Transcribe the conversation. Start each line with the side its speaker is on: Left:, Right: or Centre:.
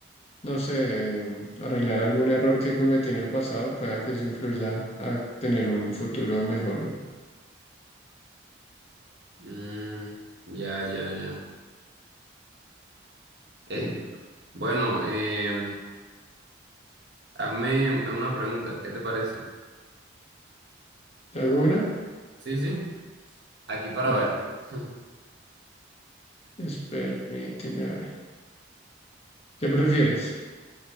Left: no sé, em, arreglar algún error que cometí en el pasado, pueda que eso influya a tener un futuro mejor, ¿no?
Right: Mm, ya, ya, ya. Es-
Left: Sí.
Right: bueno, eh, hazme una pregunta. ¿Qué te parece?
Left: ¿Te hago una?
Right: Sí, sí. Aquí para
Left: Dale.
Right: variar. <laughs>
Left: Es- Permíteme a ver. ¿Qué prefieres?